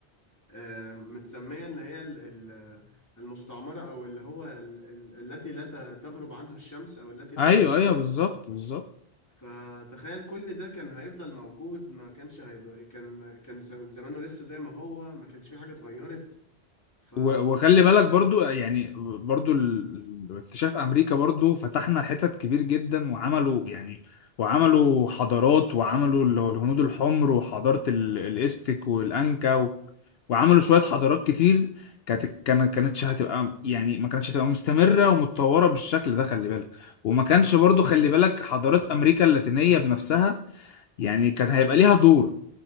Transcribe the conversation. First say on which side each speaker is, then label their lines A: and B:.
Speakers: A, on the left; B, on the left.
A: آه، متسميه اللي هي ال- ال- المستعمره او اللي هو ال- ال- التي لا ت- تغرب عنها الشمس او التي لا
B: ايوه
A: تغيب عنها
B: ايوه بالظبط
A: الشمس
B: بالظبط
A: فتخيل كل ده كان هيفضل موجود ما كانش هيبقى كان كان ز- زمانه لسه زي ما هو ما كانش في حاجه اتغيرت ف
B: و- وخلي بالك برضو يعني برضو ال- اكتشاف امريكا برضو فتحنا حتت كبير جدا وعملوا يعني وعملوا حضارات وعملوا اللي هو الهنود الحمر وحضارة ال- الاستك والانكا و- وعملوا شوية حضارات كتير كانت كان- كانتش هتبقى يعني ما كانتش هتبقى مستمرة ومتطورة بالشكل ده خلي بالك وما كانش
A: اه
B: برضو خلي
A: خالص
B: بالك حضارات امريكا اللاتينية بنفسها يعني كان هيبقى ليها دور